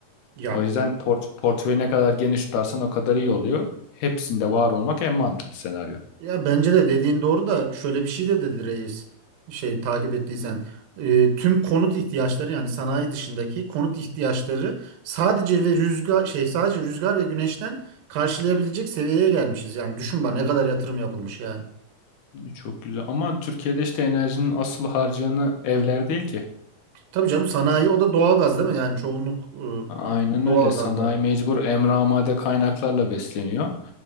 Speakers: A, on the right; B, on the left.
A: Ya
B: O yüzden port portföyü ne kadar geniş tutarsan o kadar iyi oluyor. Hepsinde var olmak en mantıklı senaryo.
A: Ya bence de dediğin doğru da şöyle bir şey de dedi reis şey takip ettiysen e, tüm konut ihtiyaçları yani sanayi dışındaki konut ihtiyaçları sadece ve rüzgar şey sadece rüzgar ve güneşten karşılayabilecek seviyeye gelmişiz. Yani düşün bak ne kadar yatırım yapılmış yani.
B: Çok güzel. Ama Türkiye'de işte enerjinin asıl harcayanı evler değil ki.
A: Tabii canım sanayi o da doğalgaz değil mi? Yani çoğunluk
B: Aynen
A: e, doğalgazda.
B: öyle. Sanayi mecbur emramade kaynaklarla besleniyor.